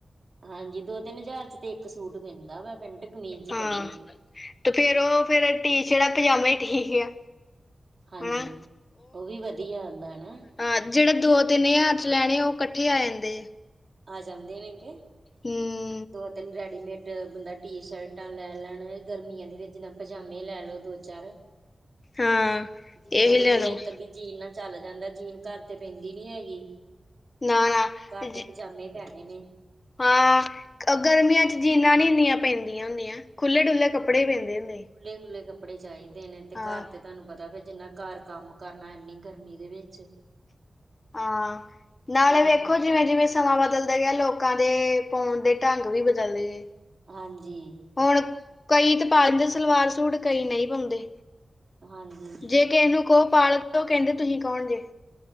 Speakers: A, on the right; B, on the left.
A: ਹਾਂਜੀ। ਦੋ, ਤਿੰਨ ਹਜ਼ਾਰ ਚ, ਤੇ ਇੱਕ ਸੂਟ ਪੈਂਦਾ ਵਾ। ਪੈਂਟ- ਕਮੀਜ
B: ਹਾਂ
A: ਕੱਲੀ।
B: ਤੇ ਫੇਰ, ਰੋ ਫੇਰ ਟੀਸ਼ਰਟਾਂ- ਪਜਾਮੇ ਹੀ ਠੀਕ ਆ।
A: ਹਾਂਜੀ,
B: ਹਨਾ
A: ਉਹ ਵੀ ਵਧੀਆ, ਆਉਂਦਾ ਨਾ।
B: ਹਾ, ਜਿਹੜੇ ਦੋ- ਤਿਨ ਹਅੱਜਾਰ ਚ ਲੈਣੇ ਆ। ਉਹ ਇਕੱਠੇ ਆ ਜਾਂਦੇ ਏ।
A: ਆ ਜਾਂਦੇ, ਲੇਕੇ।
B: ਹੂੰ।
A: ਦੋ- ਤਿੰਨ ਰੈਡੀਮੇਟ, ਬੰਦਾ ਟੀ- ਸ਼ਰਟਾਂ ਲੈ ਲੈਣ ਗਰਮੀਆਂ ਦੇ, ਵਿੱਚ ਨਾ। ਭਜਾਮੇ ਲੈ ਲਓ ਦੋ- ਚਾਰ।
B: ਹਾਂ
A: ਜੀਨਾ
B: ਇਹੀ
A: ਤਾ
B: ਲੈ
A: ਚਲੋ
B: ਲਓ
A: ਇਕ ਅੱਧੀ ਜੀਨ ਆ। ਚਲ ਜਾਂਦਾ ਜੀਨ ਘਰ ਤੇ ਪੈਂਦੀ ਨਹੀਂ ਹੈਗੀ।
B: ਨਾ ਨਾ
A: ਘਰ
B: ਜ-
A: ਤੇ ਪਜਾਮੇ ਪੈਣੇ ਨੇ।
B: ਹਾਂ ਗਰਮੀਆਂ ਚ ਜੀਨਾ ਨਹੀਂ ਇਨੀਆਂ ਪੈਂਦੀਆਂ ਹੁੰਦੀਆਂ। ਖੁੱਲੇ- ਡੁੱਲੇ, ਕੱਪੜੇ ਮਿਲਦੇ ਹੁੰਦੇ।
A: ਖੁੱਲੇ ਖੁੱਲੇ। ਕੱਪੜੇ ਚਾਹੀਦੇ ਨੇ ਤੇ
B: ਹਾਂ
A: ਘਰ ਤੇ ਤੁਹਾਨੂੰ ਪਤਾ ਜਿੰਨਾ ਘਰ ਕੰਮ ਕਰਨਾ ਇਨੀ ਗਰਮੀ ਦੇ ਵਿੱਚ।
B: ਹਾਂ ਨਾਲੇ
A: ਹੂੰ,
B: ਵੇਖੋ ਜਿਵੇਂ ਜਿਵੇਂ। ਸਮਾਂ ਬਦਲ ਦੇ ਲੋਕਾਂ ਦੇ ਪਾਉਣ ਦੇ ਢੰਗ ਵੀ ਬਦਲ ਗਏ ਨੇ।
A: ਹਾਂਜੀ
B: ਹੁਣ ਕਈ ਤਾਂ ਪਾ ਲੈਂਦੇ ਸਲਵਾਰ ਸੂਟ ਕਈ ਨਹੀਂ ਪਾਉਂਦੇ।
A: ਹਾਂਜੀ
B: ਜੇ ਕਿਸੇ ਨੂੰ ਕਹੋ ਪਾਲਓ ਕਹਿੰਦੇ ਤੁਸੀਂ ਕੌਣ ਜੇ?